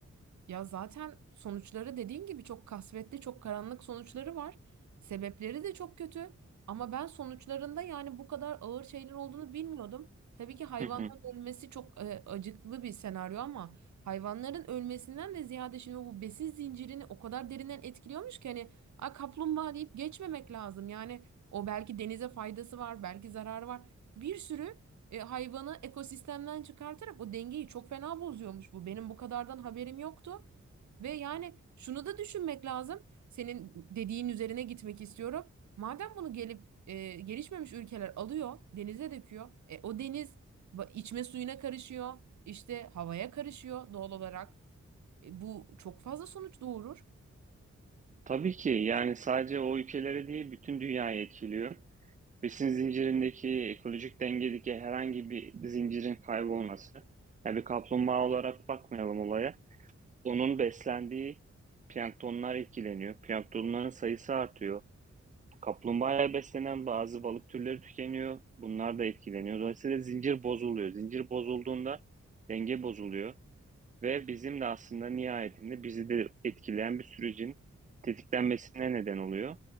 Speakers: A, on the right; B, on the right.
A: Ya zaten sonuçları dediğin gibi çok kasvetli, çok karanlık sonuçları var. Sebepleri de çok kötü. Ama ben sonuçlarında yani bu kadar ağır şeyler olduğunu bilmiyordum. Tabii ki hayvanların
B: Hı hı.
A: ölmesi çok e, acıklı bir senaryo ama hayvanların ölmesinden de ziyade şimdi bu besin zincirini o kadar derinden etkiliyormuş ki hani a kaplumbağa deyip geçmemek lazım. Yani o belki denize faydası var, belki zararı var. Bir sürü e, hayvanı ekosistemden çıkartarak o dengeyi çok fena bozuyormuş bu. Benim bu kadardan haberim yoktu. Ve yani şunu da düşünmek lazım. Senin dediğin üzerine gitmek istiyorum. Madem bunu gelip e, gelişmemiş ülkeler alıyor, denize döküyor. E, o deniz ba- içme suyuna karışıyor, işte havaya karışıyor doğal olarak. E, bu çok fazla sonuç doğurur.
B: Tabii ki yani sadece o ülkelere değil bütün dünyayı etkiliyor. Besin zincirindeki ekolojik dengedeki herhangi bir zincirin kaybolması. Yani bir kaplumbağa olarak bakmayalım olaya. Onun beslendiği planktonlar etkileniyor. Planktonların sayısı artıyor. Kaplumbağaya beslenen bazı balık türleri tükeniyor. Bunlar da etkileniyor. Dolayısıyla zincir bozuluyor. Zincir bozulduğunda denge bozuluyor. Ve bizim de aslında nihayetinde bizi de etkileyen bir sürecin tetiklenmesine neden oluyor.